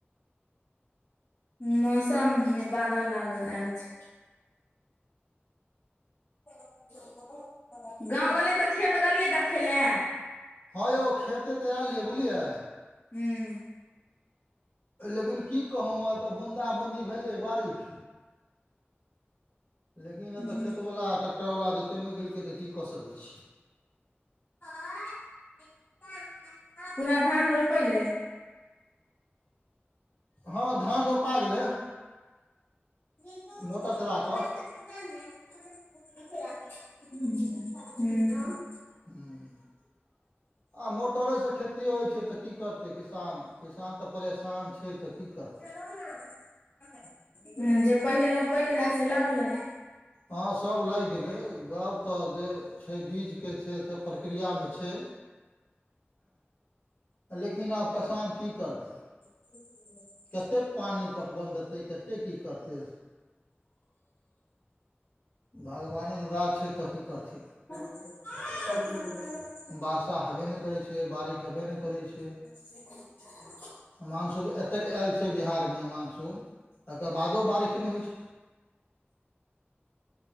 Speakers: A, on the left; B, on the left.
A: मौसम मे बादल लागल आयल छै। <unintelligible> गाँव वाली तऽ खेत गेलियै देखय लए।
B: हँयौ खेते तऽ आयलियै बुलियै?
A: हूं-
B: लेकिन की कहौं वैए त बून्दा, बून्दी भेलै बारिख लेकिन एतऽ
A: हूँ
B: खेतबला आ टेक्टरवला जोते नइ केलकै तऽ की क सकै छि
A: <unintelligible> पूरा धान रोपैलै?
B: हँ धान रोपा गेलै।
A: <unintelligible>
B: मोटर चला कऽ
A: <unintelligible>
B: हूं- आ मोटरे से खेत्- ती होइ छै तऽ की करतै किसान? किसान तऽ परेशान छै तऽ की कर-
A: <unintelligible> जे पहिलय रोपैलै र से लगलै?
B: हँ सब लाइग गेलै गब तऽ जे छै बीजके छै सप- प्रक्रिया में छै। लेकिन आब कसान की करतै?
A: <unintelligible>
B: कतेक पानी पटवन देतै कतेक की करतै, भगवाने नराज छै तऽ की करथिन।
A: <unintelligible> आ-
B: वर्षा हेबे नइ करै छै बारिख हेबै नइ करै छै।
A: <inaudible>
B: मानसून एतेक ऐल छै बिहारमे मानसून तकर बादो बारिख नइ होइ छै।